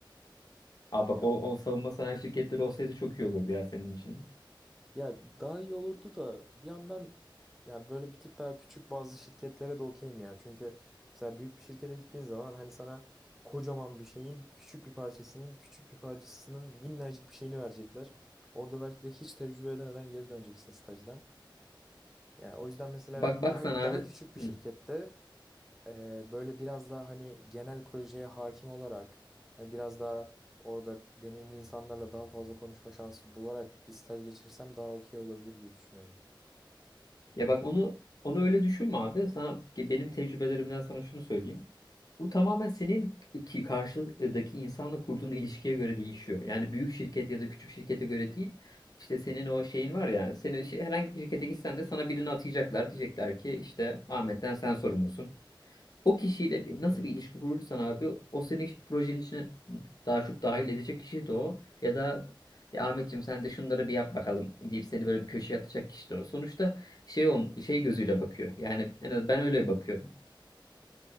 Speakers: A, on the left; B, in the centre.
A: Aa bak
B: Ya o-
A: o, o savunma sanayi şirketleri olsaydı çok iyi olurdu ya senin için.
B: Ya daha iyi olurdu da bir yandan ya böyle bir tık daha küçük bazı şirketlere de okeyim ya. Çünkü mesela büyük bir şirkete gittiğin zaman hani sana kocaman bir şeyin küçük bir parçasının küçük bir parçasının minnacık bir şeyini verecekler. Orada belki de hiç tecrübe edemeden geri döneceksin stajdan. Yani o yüzden mesela
A: Bak bak
B: daha
A: sen abi.
B: daha küçük bir
A: Hı.
B: şirkette ee, böyle biraz daha hani genel projeye hakim olarak hani biraz daha orada deneyimli insanlarla daha fazla konuşma şansı bularak bir staj geçirsem daha okey olabilir gibi düşünüyorum.
A: Ya bak onu onu öyle düşünme abi. Sana benim tecrübelerimden sana şunu söyleyeyim. Bu tamamen senin ki karşıdaki insanla kurduğun ilişkiye göre değişiyor. Yani büyük şirket ya da küçük şirkete göre değil. İşte senin o şeyin var yani. Senin şey- herhangi bir şirkete gitsen de sana birini atayacaklar. Diyecekler ki işte Ahmet'ten sen sorumlusun. O kişiyle bir- nasıl
B: Hı hı.
A: bir ilişki kurursan abi o seni iş- projenin içine daha çok dahil edecek kişi de o. Ya da ya Ahmetciğim sen de şunları bir yap bakalım deyip seni böyle bir köşeye atacak kişi de o. Sonuçta şey ol- şey gözüyle bakıyor. Yani en az ben öyle bakıyorum.